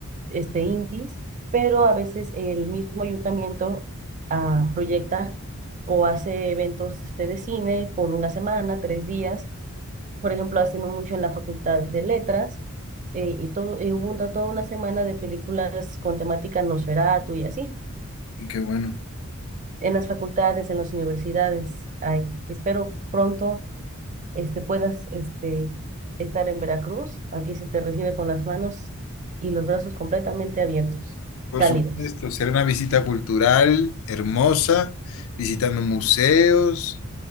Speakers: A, on the right (about 35°); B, on the left (about 65°).
A: este, indies, pero a veces el mismo ayuntamiento ah, proyecta o hace eventos, este, de cine por una semana, tres días por ejemplo, haciendo mucho en la Facultad de Letras, eh, y, todo, y hubo una- toda una semana de películas con temática Nosferatu y así,
B: Qué bueno.
A: en las facultades, en las universidades. Ay, espero pronto este, puedas este, estar en Veracruz. Aquí se te recibe con las manos y los brazos completamente abiertos,
B: Por
A: cálidos.
B: supuesto, será una visita cultural hermosa, visitando museos,